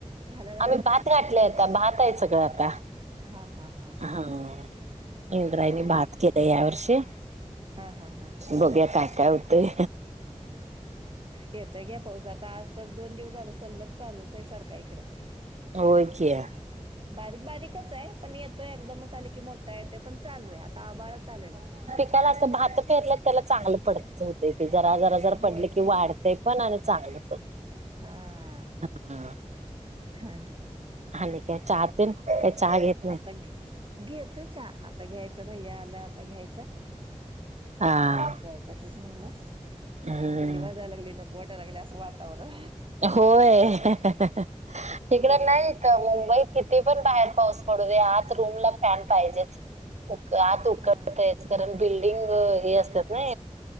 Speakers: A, on the right; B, on the right.
A: घालाय लागलाय?
B: आम्ही भात गाठलेय आता भात आहे सगळं आता.
A: हां, हां, हां.
B: हा इंद्रायनी भात केलाय या वर्षी.
A: हा हा हा.
B: बघ्या काय काय होतय.
A: येतय घ्या पाऊसातता आज तर दोन दिवस झालं सल्लग चालूच आहे सारख इकडं.
B: होय क्या
A: बारीक बारीकच आहे पण येतोय एकदमच चाले की मोठा येतोय पण चालू आहे आता आबाळ चालूय बघा.
B: त्याला अस भात फेरलं त्याला चांगलं पडत होत क जरा जरा जर
A: होय,
B: पडले की वाढते. पण आणि चांगलं.
A: हा आ आ.
B: हम.
A: हा.
B: आणि काय. का चहाग येत.
A: आता घेतोय चहा आता घ्यायचं भैया आला आता घ्यायचा.
B: हां.
A: म्ह
B: हम्म
A: थंडी वाजायला लागली नको वाटायला लागली असं वातावरण.
B: होय. तिकड नाहीत मुंबईत कितीे पण बाहेर पाऊस पडू दे आात रूम ला फॅन पाहिजेत.
A: <inaudible>
B: उ आत उकडतायच
A: हा
B: कारण बिल्डिंग हे असतात ना.